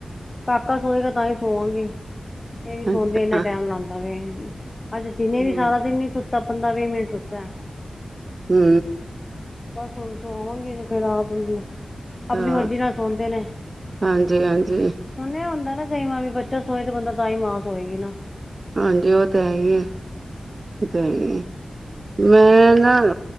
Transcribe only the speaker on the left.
ਕਾਕਾ ਸੋਏਗਾ ਤਾਂ ਹੀ ਸੋਵਾਂਗੇ। ਇਹ ਵੀ ਸੌਂਦਿਆਂ,
ਇਨਾ ਟੈਮ ਲਾਦਾ ਵੇ। ਅੱਜ ਦਿਨੇ
ਵੀ ਸਾਰਾ ਦਿਨ ਨੀ ਸੁੱਤ ਤਾਂ ਪੰਦਰਾਂ ਵੀਹ ਮਿੰਟ ਸੁੱਤੇ ਆਂ।
ਬਸ ਹੁਣ ਸੋਆਵਾਂਗੀ ਇਹਨੂੰ, ਫਿਰ ਆਪ, ਆਪਣੀ
ਮਰਜ਼ੀ ਨਾਲ ਸੌਦੇ ਨੇ
ਹੁਣ ਨੀ ਹੁੰਦਾ। ਕਈ ਵਾਰ ਵੀ ਬੱਚਾ ਸੋਏ ਤੇ ਬੰਦਾ ਤਾਂਹੀ ਮਾਂ ਸੋਏਗੀ ਨਾ।